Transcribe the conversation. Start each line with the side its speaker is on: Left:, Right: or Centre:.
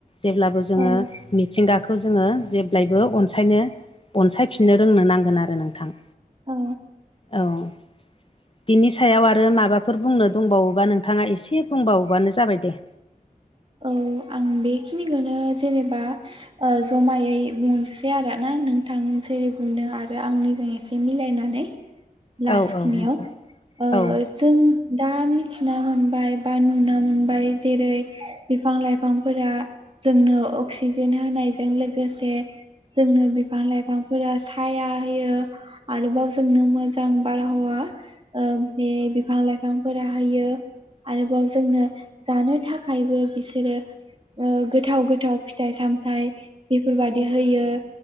Left: जेब्लाबो जोङो
Right: औ
Left: मिथिंगाखौ जोङो जेब्लायबो अनसायनो अनसायफिननो रोंनो नांगोन आरो नोंथां
Right: औ
Left: औ बिनि सायाव आरो माबाफोर बुंनो दंबावोबा नोंथाङा एसे बुंबावोबानो जाबाय दे
Right: औ आं बेखिनिखौनो जेनेबा जमायै बुंनोसै आरो ना नोंथांसेरै बुंनो आरो आंनिजों एसे मिलायनानै लास्खिनियाव
Left: औ औ नोंथां औ
Right: जों दा मिथिना मोनबाय बा नुना मोनबाय जेरै बिफां लाइफांफोरा जोंनो अक्सिजेन होनायजों लोगोसे जोंनो बिफां लाइफांफोरा साया होयो आरोबाव जोंनो मोजां बारहावा बे बिफां लाइफां बिफांफोरा होयो आरोबाव जोंनो जानो थाखायबो बिसोरो गोथाव गोथाव फिथाइ सामथाइ बेफोरबादि होयो